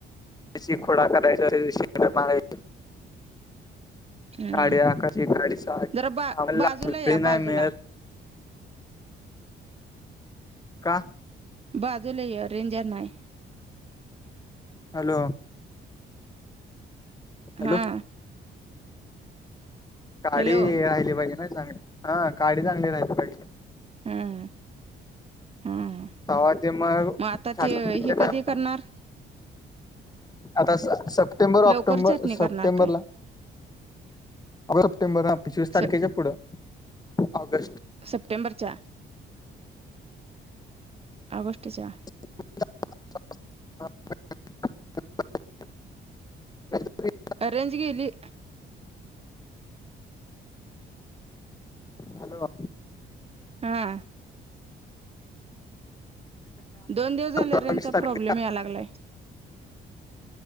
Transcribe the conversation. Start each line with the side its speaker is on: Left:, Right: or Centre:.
Left: त्या खोड करायचा श माराय
Right: हम्म
Left: गाडी आकाशी गाडी सारी्हाला
Right: जरा बा बाजूला
Left: लागळी
Right: या बाजूला
Left: नाही मिळत काहा
Right: बाजूला य रेंजर नाही
Left: हॅलो हॅलो
Right: हा
Left: काडी
Right: हॅलो
Left: राहिली पाहिजे ना चांगली हा काडी चांगली राहिली पाहिजे
Right: हम्म हम्
Left: तवा ते
Right: मग आता
Left: साखरीच्या
Right: ते हे कधी
Left: टायमात
Right: करणार
Left: आता सप्टेंबर
Right: लवकर
Left: ऑक्टोंबर
Right: छाटणी करणार
Left: सप्टेंबर
Right: काय
Left: ला सप्टेंबर हा पंचवीस तारखेच्या
Right: स
Left: पुढं ऑगस्ट
Right: सप्टेंबरच्या ऑगस्टच्या
Left: <inaudible> अ
Right: अरेंज केली
Left: हॅलो
Right: हा दोन दिवस झाल्या
Left: बावीस
Right: त्यांचा
Left: तारखे
Right: प्रॉब्लेम या लागलाय